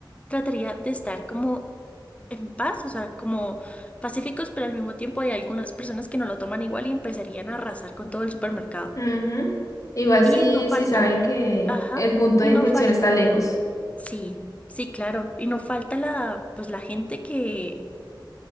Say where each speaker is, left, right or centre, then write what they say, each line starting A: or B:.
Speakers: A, on the left (about 15°); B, on the left (about 40°).
A: trataría de estar como en paz, o sea, como pacíficos, pero al mismo tiempo hay algunas personas que no lo toman igual y empezarían a arrasar con todo el supermercado.
B: Ujú. Igual
A: Y
B: si
A: no falta,
B: si saben que
A: ajá,
B: el punto
A: y
B: de infección
A: no falta,
B: está lejos.
A: sí, sí, claro, y no falta la, pues la gente que,